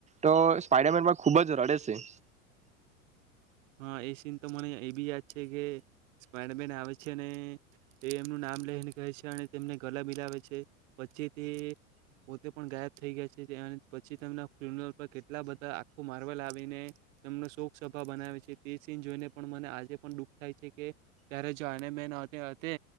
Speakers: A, on the right; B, on the right.
A: તો સ્પાઈડરમેનમાં ખૂબ જ રડે સે.
B: હા, એ સીન તો મને એ બી યાદ છે કે સ્પાઈડરમેન આવે છે ને તે એમનું નામ લઈને કહે છે અને તેમને ગલા બિલાવે છે. પછી તે પોતે પણ ગાયબ થઈ ગ્યા છે, ત્યાંન પછી તેમના ફિલ્મ પર કેટલા બધા આખો માર્વલ આવીને તેમનો શોક સભા બનાવે છે તે સીન જોઈને પણ મને આજે પણ દુઃખ થાય છે કે ત્યારે જો આને મેન હતે હથે